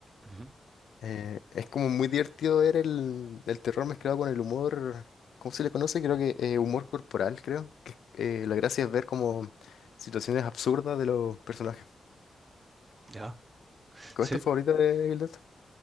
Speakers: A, on the right (about 40°); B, on the left (about 80°).
A: Ujú,
B: Eh, es como muy divertido ver el, el terror mezclado con el humor, ¿cómo se le conoce? Creo que eh, humor corporal, creo. que, eh, la gracia es ver como situaciones absurdas de los personajes.
A: Ya,
B: ¿Cuál
A: sí.
B: es tu favorita de Evil Dead?